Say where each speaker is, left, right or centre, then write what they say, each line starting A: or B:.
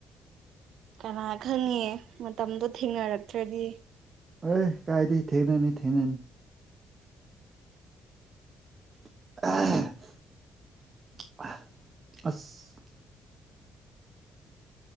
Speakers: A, on the right (about 75°); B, on the right (about 35°).
A: ꯀꯅꯥ ꯈꯪꯉꯦ ꯃꯇꯝꯗꯣ ꯊꯦꯡꯅꯔꯛꯇ꯭ꯔꯗꯤ
B: ꯑꯔꯦ ꯀꯥꯏꯗꯤ ꯊꯦꯡꯅꯅꯤ ꯊꯦꯡꯅꯅꯤ ꯑ ꯑꯁ